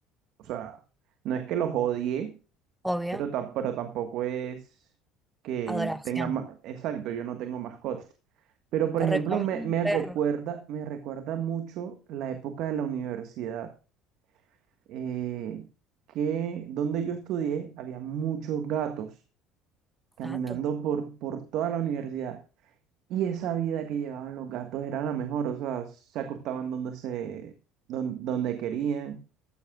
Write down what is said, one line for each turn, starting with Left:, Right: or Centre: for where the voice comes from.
Right: o sea, no es que los odie,
Centre: obvio.
Right: pero, ta- pero tampoco es que
Centre: Adoración.
Right: tenga más, exacto, yo no tengo mascotas. Pero, por
Centre: Te
Right: ejemplo,
Centre: recomiendo
Right: me,
Centre: un
Right: me
Centre: perro,
Right: recuerda, me recuerda mucho la época de la universidad eh, que donde yo estudié había muchos gatos caminando
Centre: gato.
Right: por, por toda la universidad. Y esa vida que llevaban los gatos era la mejor, o sea, se acostaban donde se, don- donde querían,